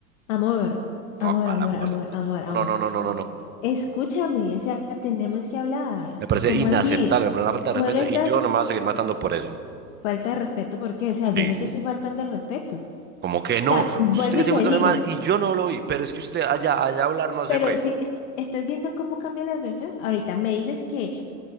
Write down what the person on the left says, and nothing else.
Amor,
amor,
amor,
amor,
amor, amor.
Escúchame, o sea, tenemos que hablar.
¿Cómo
así?
Bueno,
estás,
Falta de respeto, ¿por qué? O sea,
yo no te estoy faltando el respeto.
O sea, vuelvo
y
te
digo,
pero
si es- estás viendo cómo cambia la versión, ahorita me dices que